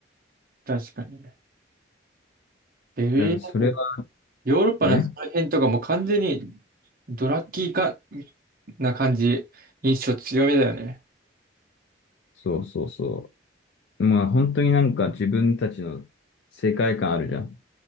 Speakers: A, on the right; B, on the left.
A: 確かにね。ベルリンだと、
B: だからそれは
A: ヨーロッパのその辺とかもう完全に、
B: ね、え
A: ドラッキーか、な感じ、印象強めだよね。
B: そうそうそう。まあ本当になんか自分たちの世界観あるじゃん。